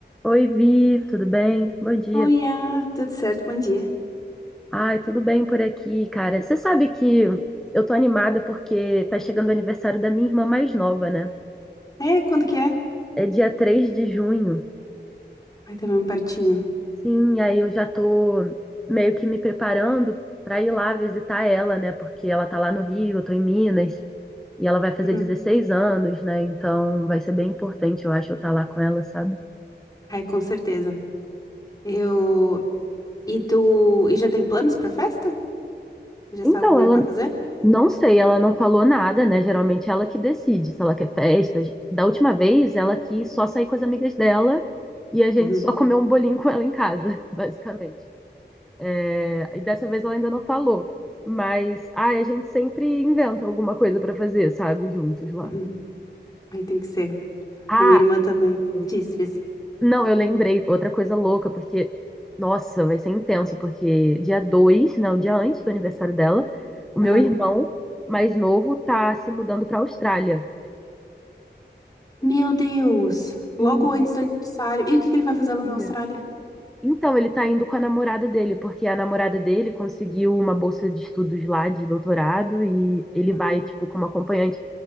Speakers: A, in the centre; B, on the left.
A: Oi, Vi, tudo bem? Bom dia.
B: Oiá, tudo certo? Bom dia.
A: Ai, tudo bem por aqui, cara. Você sabe que eu tô animada porque tá chegando o aniversário da minha irmã mais nova, né?
B: É, quando que é?
A: É dia 3 de junho.
B: Ai, tá mesmo pertinho.
A: Sim, aí eu já tô meio que me preparando pra ir lá visitar ela, né? Porque ela tá lá no Rio, eu tô em Minas, e ela vai fazer
B: Uhum.
A: 16 anos, né? Então vai ser bem importante, eu acho, eu estar lá com ela, sabe?
B: Ai, com certeza. Eu. E tu. E já tem planos pra festa? Tu Já
A: Então,
B: sabe como
A: ela,
B: é que vai fazer?
A: Não sei, ela não falou nada, né? Geralmente ela que decide se ela quer festa. Da última vez, ela quis só sair com as amigas dela e a gente
B: Uhum.
A: só comeu um bolinho com ela em casa, <laughs> basicamente. É, E dessa vez ela ainda não falou. Mas, ai, a gente sempre inventa alguma coisa pra fazer, sabe? Juntos lá.
B: Uhum. Aí tem que ser.
A: Ah,
B: A minha irmã também
A: sim.
B: disse isso.
A: não, eu lembrei outra coisa louca, porque, nossa, vai ser intenso, porque dia 2, né, o dia antes do aniversário dela, o meu
B: Uhum.
A: irmão mais novo tá se mudando pra Austrália.
B: Meu Deus!
A: Sim,
B: Logo antes do aniversário. E o que que ele vai fazer
A: um
B: lá
A: dia.
B: na Austrália?
A: Então, ele tá indo com a namorada dele, porque a namorada dele conseguiu uma bolsa de estudos lá, de doutorado, e ele
B: Uhum.
A: vai, tipo, como acompanhante.